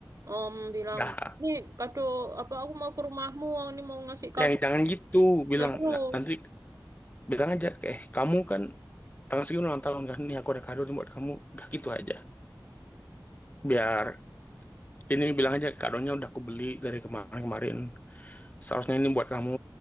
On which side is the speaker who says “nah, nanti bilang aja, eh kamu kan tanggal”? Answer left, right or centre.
Left